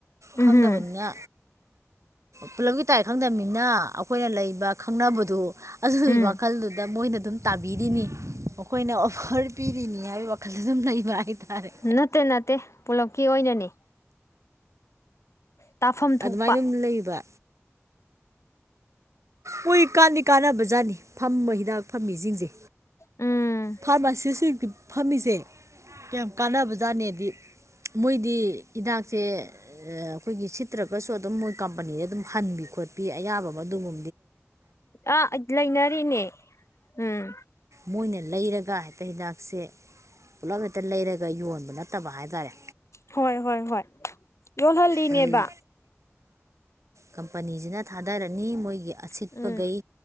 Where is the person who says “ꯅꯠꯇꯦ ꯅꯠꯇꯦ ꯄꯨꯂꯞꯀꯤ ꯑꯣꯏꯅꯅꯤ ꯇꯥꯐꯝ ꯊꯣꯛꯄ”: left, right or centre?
Left